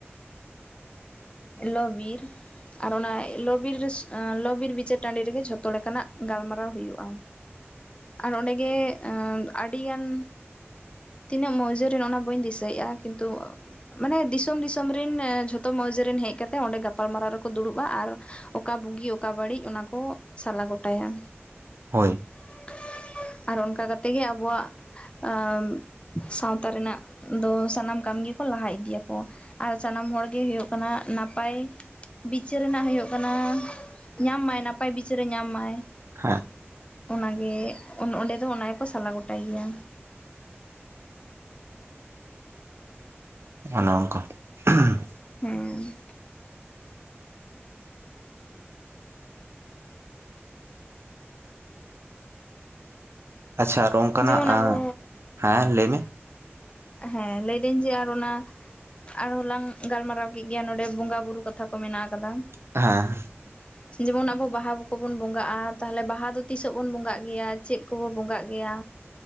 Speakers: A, on the left; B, on the right.
A: ᱞᱚᱵᱤᱨ ᱟᱨ ᱚᱱᱟ ᱞᱚᱵᱤᱨ <unintelligible> ᱨᱮ ᱞᱚᱵᱤᱨ ᱵᱤᱪᱟᱹᱨ ᱴᱟᱺᱰᱤ ᱨᱮᱜᱮ ᱡᱷᱚᱛᱚ ᱞᱮᱠᱟᱱᱟᱜ ᱜᱟᱞᱢᱟᱨᱟᱣ ᱦᱩᱭᱩᱜᱼᱟ ᱟᱨ ᱚᱸᱰᱮ ᱜᱮ ᱟᱹᱰᱤ ᱜᱟᱱ ᱛᱤᱱᱟᱹᱜ ᱢᱟᱹᱣᱡᱟᱹ ᱨᱮᱱ ᱚᱱᱟ ᱵᱟᱹᱧ ᱫᱤᱥᱟᱹᱭᱮᱫᱼᱟ ᱠᱤᱱᱛᱩ ᱢᱟᱱᱮ ᱫᱤᱥᱚᱢ ᱫᱤᱥᱚᱢ ᱨᱮᱱ ᱡᱷᱚᱛᱚ ᱢᱟᱹᱣᱡᱟᱹ ᱨᱮᱱ ᱦᱮᱡ ᱠᱟᱛᱮ ᱚᱸᱰᱮ ᱜᱟᱯᱟᱞᱢᱟᱨᱟᱣ ᱨᱮᱠᱚ ᱫᱩᱲᱩᱵᱼᱟ ᱟᱨ ᱚᱠᱟ ᱵᱩᱜᱤ ᱚᱠᱟ ᱵᱟᱹᱲᱤᱡ ᱚᱱᱟᱠᱚ ᱥᱟᱞᱟ ᱜᱚᱴᱟᱭᱟ
B: ᱦᱳᱭ
A: <unintelligible> ᱟᱨ ᱚᱱᱠᱟ ᱠᱟᱛᱮ ᱜᱮ ᱟᱵᱚᱣᱟᱜ ᱟᱸᱼ ᱥᱟᱶᱛᱟ ᱨᱮᱱᱟᱜ ᱫᱚ ᱥᱟᱱᱟᱢ ᱠᱟᱹᱢᱤ ᱜᱮᱠᱚ ᱞᱟᱦᱟ ᱤᱫᱤᱭᱟᱠᱚ ᱟᱨ ᱥᱟᱱᱟᱢ ᱦᱚᱲᱜᱮ ᱦᱩᱭᱩᱜ ᱠᱟᱱᱟ ᱱᱟᱯᱟᱭ ᱵᱤᱪᱟᱹᱨ ᱨᱮᱱᱟᱜ ᱦᱩᱭᱩᱜ ᱠᱟᱱᱟ ᱧᱟᱢ ᱢᱟᱭ ᱱᱟᱯᱟᱭ ᱵᱤᱪᱟᱹᱨᱮ ᱧᱟᱢ ᱢᱟᱭ
B: ᱦᱮᱸ
A: ᱚᱱᱟᱜᱮ ᱚᱱ ᱚᱸᱰᱮ ᱫᱚ ᱚᱱᱟ ᱜᱮᱠᱚ ᱥᱟᱞᱟ ᱜᱚᱴᱟᱭ ᱜᱮᱭᱟ
B: ᱚᱱᱮ ᱚᱝᱠᱟ ᱾
A: ᱦᱮᱸ
B: ᱟᱪᱪᱷᱟ ᱟᱨ ᱚᱱᱠᱟᱱᱟᱜ
A: ᱡᱮᱢᱚᱱ ᱟᱵᱚ
B: ᱦᱮᱸ ᱞᱟᱹᱭ ᱢᱮ
A: ᱦᱮᱸ ᱞᱟᱹᱭᱫᱟᱹᱧ ᱡᱮ ᱟᱨ ᱚᱱᱟ ᱟᱨᱦᱚ ᱞᱟᱝ ᱜᱟᱞᱢᱟᱨᱟᱣ ᱠᱮᱫ ᱜᱮᱭᱟ ᱱᱚᱰᱮ ᱵᱚᱸᱜᱟ ᱵᱩᱨᱩ ᱠᱟᱛᱷᱟ ᱠᱚ ᱢᱮᱱᱟᱜ ᱟᱠᱟᱫᱼᱟ
B: ᱦᱮᱸ
A: <inaudible> ᱡᱮᱢᱚᱱ ᱟᱵᱚ ᱵᱟᱦᱟ ᱠᱚᱵᱚᱱ ᱵᱚᱸᱜᱟᱜᱼᱟ ᱛᱟᱦᱚᱞᱮ ᱵᱟᱦᱟ ᱫᱚ ᱛᱤᱥᱚᱜ ᱵᱚᱱ ᱵᱚᱸᱜᱟᱜ ᱜᱮᱭᱟ ᱪᱮᱫ ᱠᱚᱵᱚᱱ ᱵᱚᱸᱜᱟᱜ ᱜᱮᱭᱟ